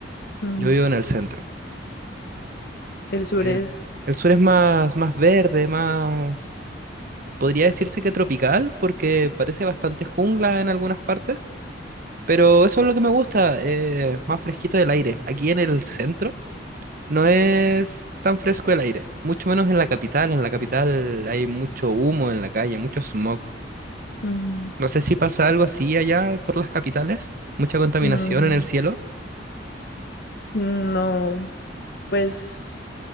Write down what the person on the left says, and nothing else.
Mm,
el sur
es...
mm,
mm,
no, pues...